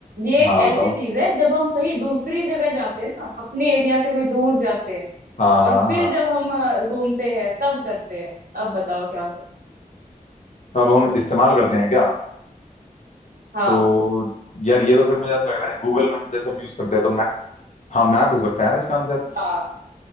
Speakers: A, on the right; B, on the left.
A: ये एक
B: हाँ बताओ
A: ऐसी चीज है जब हम कहीं दूसरी जगह जाते हैं ना अपने एरिया से कोई दूर जाते हैं
B: हाँ हाँ
A: और फिर
B: हाँ
A: जब हम अ, घूमते हैं तब करते हैं अब बताओ क्या हो सकता
B: तो अब हम इस्तेमाल करते हैं क्या
A: है हाँ
B: तो यार ये तो फिर मुझे ऐसा लग रहा है गूगल मैप जैसे हम यूज करते हैं तो मैप हाँ मैप हो सकता है यार इसका आंसर
A: हाँ